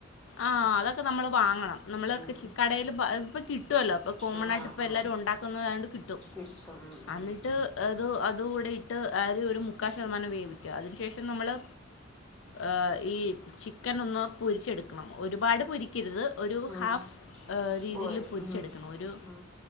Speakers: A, on the left; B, in the centre.
A: ആ അതൊക്കെ നമ്മള് വാങ്ങണം നമ്മള്
B: ഉം
A: കടേല് പ്പ ഇപ്പ കിട്ടു അല്ലോ പ്പൊ കോമണായ്ട്ട്
B: ഉം ആഹ്
A: ഇപ്
B: ആഹ്
A: എല്ലാരും ഒണ്ടാക്ക്ന്നതായോണ്ട് കിട്ടും
B: കിട്ടും ഉം
A: അന്നിട്ട്
B: ഉം ഉം
A: ഇത് അത് കൂടെ ഇട്ട് ആര് ഒര് മുക്കാ ശതമാന് വേവി അതിന് ശേഷം നമ്മള് ആ ഈ ചിക്കനൊന്ന് പൊരിച്ചെട് ക്കണം ഒര്പാട് പൊരി ക്കര്ത് ഒരു ഹാഫ്
B: ഉം
A: ആ രീതിയില്
B: ബോയ്
A: പൊരിച്ചെടുക്കണം
B: ഉം
A: ഒരു
B: ഉം